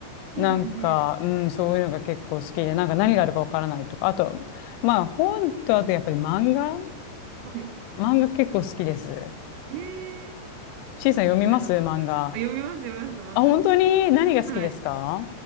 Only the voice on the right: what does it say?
いいですね。
はい。
えー、
おすすめの漫画。
あ、読みます、読みます。漫画好きです。
はい。